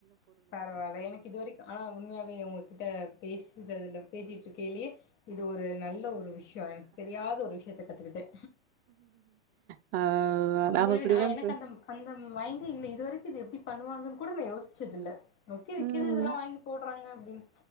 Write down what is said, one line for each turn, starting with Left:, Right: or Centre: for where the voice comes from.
Left: பரவாயில்ல எனக்கு இது வரக்குஆனா உண்மையாவே உங்க கிட்ட பேசறதுல பேசிட் ருக்கயிலயே இது ஒரு நல்ல ஒரு விஷ்யொ எனக்கு தெரியாத ஒரு விஷயத்த கத்துக்கிட்டே
Right: அ நாம
Left: உண்மயாவே
Right: இப்படிலாம்
Left: நா எனக்கு
Right: பே
Left: அந்த அந்த மைண்டே இல்ல இதுவரைக்கு இது எப்டி பண்ணுவாங்கன்னு கூட நா யோசிச்சதில்ல ஒக்கே விக்குது
Right: ம்.
Left: இதெல்லா வாங்கி போட்றாங்க அப்டீன்